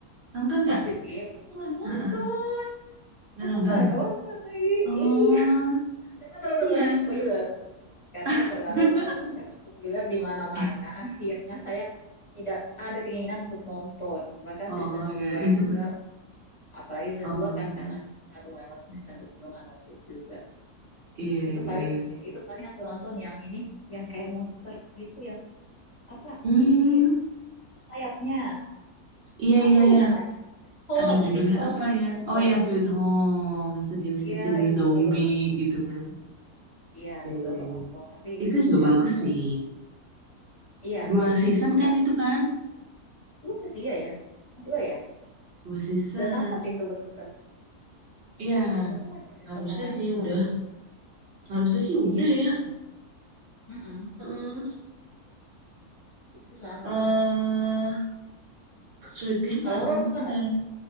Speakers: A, on the right; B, on the left.
A: Nonton nggak?
B: oh Squid Game aku nggak nonton
A: Heeh, nggak
B: aku
A: nonton.
B: nggak nonton lagi
A: Oh,
B: iya karena terlalu
A: iya
B: banyak
A: itu.
B: spoiler karena
A: <laughs>
B: terlalu banyak spoiler di mana-mana
A: Eh,
B: akhirnya saya tidak ada keinginan untuk nonton bahkan
A: oh
B: season
A: iya.
B: 2
A: iya.
B: juga apalagi season
A: Oh.
B: 2 kan karena season satu nggak nonton season 2 nggak nonton juga
A: Iya,
B: Itu
A: iya,
B: paling
A: iya.
B: itu paling aku nonton yang ini yang kayak monster itu yang apa
A: Hmm,
B: ini ada sayapnya.
A: iya,
B: Apa
A: iya, iya.
B: ya namanya? Sweet Home,
A: Aduh, judulnya
B: Sweet Home
A: apa
B: nonton.
A: ya? Oh iya, Sweet Home. Sejenis-sejenis
B: Iya itu
A: zombie
B: aku
A: gitu kan.
B: iya
A: Iya,
B: itu aku
A: iya.
B: nonton tapi
A: Itu juga
B: nggak
A: bagus
B: nggak
A: sih.
B: terlalu. Iya
A: Dua
B: iya.
A: season
B: Itu
A: kan
B: kan ada
A: itu kan?
B: dua. Lu ketiga ya? Dua ya?
A: Dua season.
B: Udah tamat itu betul-betul.
A: Iya,
B: Nggak tahu masih ada
A: harusnya
B: sambungannya.
A: sih udah.
B: Eh,
A: Harusnya sih udah
B: iya itu
A: ya.
B: panjang juga. Mm-mm,
A: Heeh.
B: Itu sama.
A: Eh, Sweet Game
B: Kalau
A: nggak
B: horor
A: nonton
B: suka nggak?
A: ya?